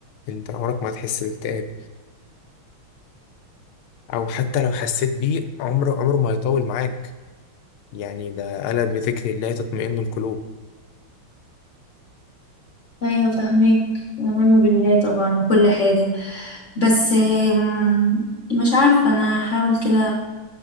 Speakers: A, on the left (about 80°); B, on the left (about 50°).
A: انت عمرك ما هتحس باكتئاب او حتى لو حسيت بيه عمره عمره ما هيطول معاك يعني ده قال بذكر الله تطمئن القلوب
B: ايوه فاهمك ومنه بالله طبعا وكل حاجة بس آم، مش عارفة انا هحاول كده